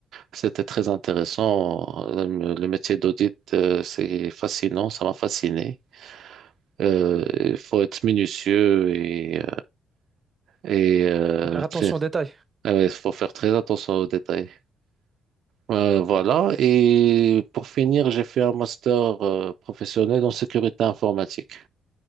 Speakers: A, on the right (about 70°); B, on the right (about 30°).
A: C'était très intéressant. Euh, Le, le métier d'audit, euh, c'est fascinant, ça m'a fasciné. Euh, Il faut être minutieux et, euh, et euh,
B: Faut faire
A: très-
B: attention aux détails.
A: ah ouais, il faut faire très attention aux détails. Euh, voilà. Et pour finir, j'ai fait un master euh, professionnel en sécurité informatique.